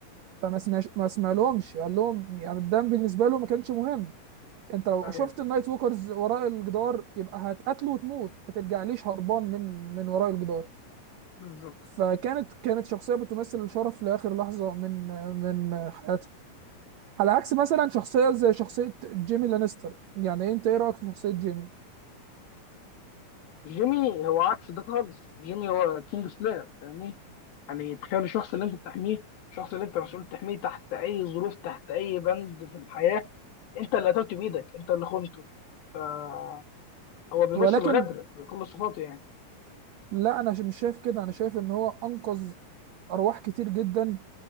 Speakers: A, on the right (about 60°); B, on the left (about 80°).
A: فما سمعش ما سمع لهمش قال لهم يعني الدم بالنسبه له ما كانش مهم انت لو
B: ايوه
A: شفت النايت ووكرز وراء الجدار يبقى هتقتله وتموت ما ترجعليش هربان من من وراء الجدار
B: بالظبط
A: فكانت كانت شخصيه بتمثل الشرف لاخر لحظه من من حياتها على عكس مثلا شخصيه زي شخصيه جيمي لانستر يعني انت ايه رايك في شخصيه جيمي
B: جيمي هو عكس ده خالص جيمي هو كينج سلاير فاهمني يعني تخيل الشخص اللي انت بتحميه الشخص اللي انت مسؤول تحميه تحت اي ظروف تحت اي بند في الحياه انت اللي قتلته بايدك انت اللي خنته فهو بيمثل
A: ولكن
B: غدر بكل صفاته يعني
A: لا انا مش شايف كده انا شايف ان هو انقذ ارواح كتير جدا